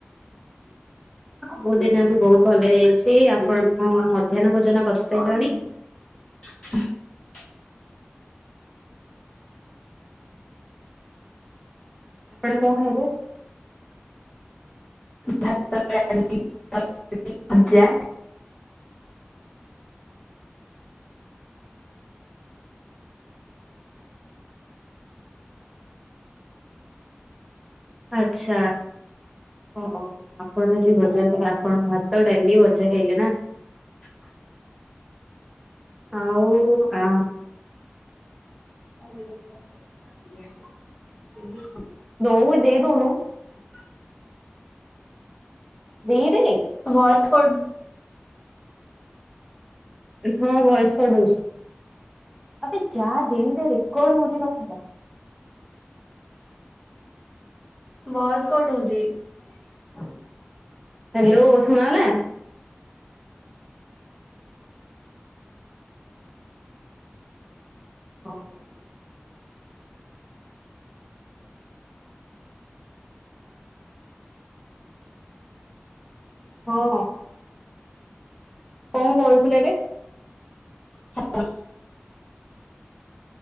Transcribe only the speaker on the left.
<inaudible>
<inaudible>
ଭାତ, ଡାଲି, <unintelligible> ଭଜା।
<inaudible>
<unintelligible>
<inaudible>
ଭଏସ କଟ୍
ଭଏସ କଟ ହଉଛି। ହଁ
ହଁ।